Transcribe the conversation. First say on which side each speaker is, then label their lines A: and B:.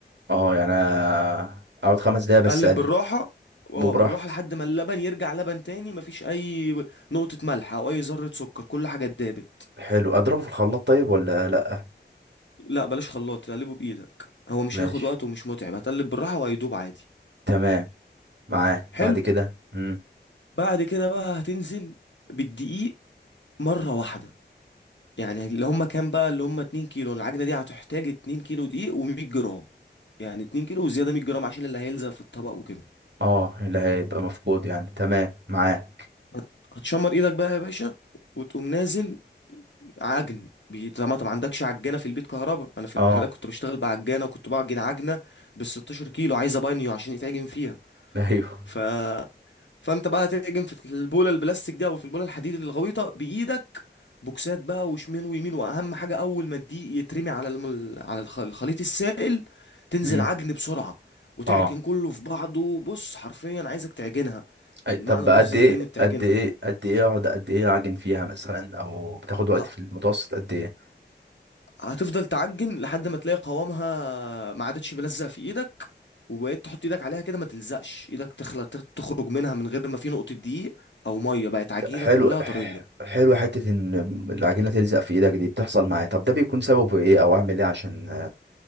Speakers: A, on the right; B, on the left.
A: اه يعني أنا اقعد خمس دقايق بس
B: قلب
A: اقلب
B: بالراحه اه
A: وبراحتي
B: بالراحه لحد ما اللبن يرجع لبن تاني مفيش اي نقطه ملح او اي ذره سكر كل حاجه اتدابت
A: حلو اضربه في الخلاط طيب ولا لا
B: لا بلاش خلاط تقلبه بايدك هو مش
A: ماشي
B: هياخد وقت ومش متعب هتقلب بالراحه وهيدوب عادي
A: تمام معاه بعد
B: حلو
A: كده امم
B: بعد كده بقى هتنزل بالدقيق مرة واحدة يعني اللي هما كام بقى اللي هما 2 كيلو العجنة دي هتحتاج 2 كيلو دقيق و100 جرام يعني 2 كيلو وزيادة 100 جرام عشان اللي هيلزق في الطبق وكده
A: اه اللي هيبقى مفقود يعني تمام معاه
B: هت- هتشمر ايدك بقى يا باشا وتقوم نازل عجن بي- طبعا انت ما عندكش عجانة في البيت كهربا انا في
A: اه
B: المحلات كنت بشتغل بعجانة وكنت بعجن عجنة بال 16 كيلو عايزة بانيو عشان يتعجن فيها
A: <laughs> ايوه
B: ف فانت بقى هتعجن في البوله البلاستيك دي او في البوله الحديد الغويطه بايدك بوكسات بقى وشمال ويمين واهم حاجه اول ما الدقيق يترمي على الم... على الخ- الخليط السائل تنزل
A: امم
B: عجن بسرعه وتعجن
A: اه
B: كله في بعضه بص حرفيا عايزك تعجنها
A: أي-
B: المعنى
A: طب
B: اللفظي
A: قد ايه
B: لكلمه تعجنها
A: قد ايه قد ايه اقعد قد ايه اعجن فيها مثلا او بتاخد وقت
B: ه-
A: في المتوسط قد ايه
B: هتفضل تعجن لحد ما تلاقي قوامها ما عادتش ملزق في ايدك وبقيت تحط ايدك عليها كده ما تلزقش ايدك تخلى تخرج منها من غير ما في نقطه دقيق او ميه بقت عجينه
A: حلو
B: كلها طريه
A: حلو حتة ان العجينة تلزق في ايدك دي بتحصل معايا طب ده بيكون سببه ايه او اعمل ايه عشان